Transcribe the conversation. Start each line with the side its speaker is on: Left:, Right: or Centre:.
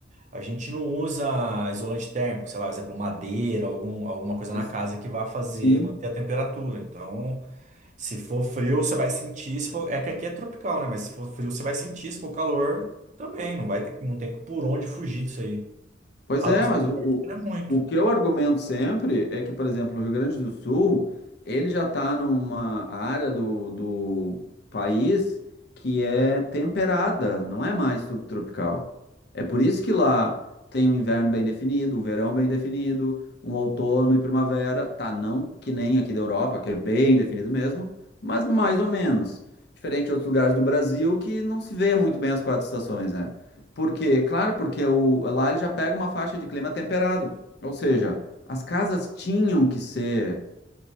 Right: a gente não usa isolante térmico, sei lá, por exemplo, madeira, algum, alguma coisa na
Left: Ex-
Right: casa que vá fazer
Left: Sim.
Right: manter a temperatura. Então, Se for frio, você vai sentir. Se for... É que aqui é tropical, né? Mas se for frio, você vai sentir. Se for calor, também. Não vai ter, não tem por onde fugir disso aí.
Left: Pois
Right: A
Left: é,
Right: nossa
Left: mas o,
Right: sorte
Left: o
Right: não é muito.
Left: o que eu argumento sempre é que, por exemplo, o Rio Grande do Sul, ele já está numa área do, do país que é temperada, não é mais subtropical. É por isso que lá tem um inverno bem definido, um verão bem definido, um outono e primavera, tá? Não que nem aqui da Europa, que é bem definido mesmo, mas mais ou menos. Diferente de outros lugares do Brasil que não se vê muito bem as quatro estações, né? Por quê? Claro, porque o, lá ele já pega uma faixa de clima temperado. Ou seja, as casas tinham que ser